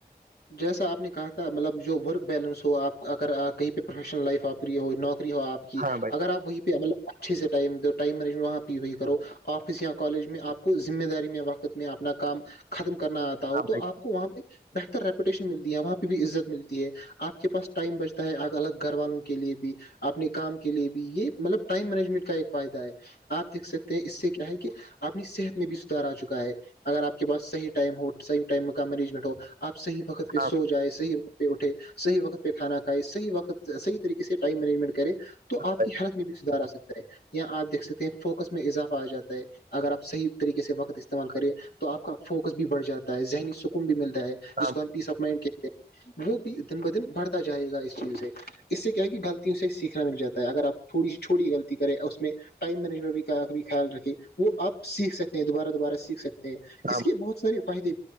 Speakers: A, on the left; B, on the right.
A: جیسا آپ نے کہا تھا مطلب جو ورک بیلنس ہو آپ اگر آ کہیں پہ پروفیشنل لائف آپری ہو نوکری ہو آپ کہ
B: ہاں بھائی
A: اگر آپ وہیں پہ مطلب اچھے سے ٹائم ٹائم مج وہاں پہ وہی کرو آفس یا کالج میں آپ کو ذمہ داری میں وقت میں اپنا کام ختم کرنا آتا ہو
B: ہاں
A: تو
B: بھائی
A: آپ کو وہاں پہ بہتر ریپوٹیشن ملتی ہے وہاں پہ بھی عزت ملتی ہے آپ کے پاس ٹائم بچتا ہے الگ گھر والوں کے لیے بھی اپنے کام کے لیے بھی یہ مطلب ٹائم مینجمنٹ کا ایک فائدہ ہے آپ دیکھ سکتے ہیں اس سے کیا ہے کہ اپنی صحت میں بھی سدار آ چکا ہے اگر آپ کے پس صحیح ٹائم ہو صح ٹائم کا مینجمنٹ ہو آپ صحیح وقت پہ
B: ہاں
A: سو جائےیں صحی پہ اٹھے صح وقت پہ کھانا کھائے صحی وقت صح طریقے سے ٹائم مینجمنٹ کرے تو
B: بھائی
A: آپ کی ہرت بھی سدھار آ سکتا ہے یا آپ دھ سکتے ہیں فوکس میں اضافہ آ جاتا ہے اگر آپ صحیح طریقے سے وقت استعمال کرے تو آپ کا فوکس بھی بڑھ جاتا ہے ذہنی سکون بھی ملتا ہے
B: ہاں
A: جس کو
B: بھائی
A: ہم پیس آف مائنڈتے ہیں وہ بھی دن ب دن بڑھتا جائے گا اس چیز سے اس سے کیا ہے کہ غلطیوں سے سیکھنا مل جاتا ہے اگر آپ تھوڑی سی چھوٹی غلط کرے اس میں ٹائم مینجمنٹ بھی کا خیال رکھے وہ آپیکھ سکتے ہیں دوبارہ دوبارہ سیکھ سکتے ہیں اس
B: ہاں
A: کے بہت سار فائدے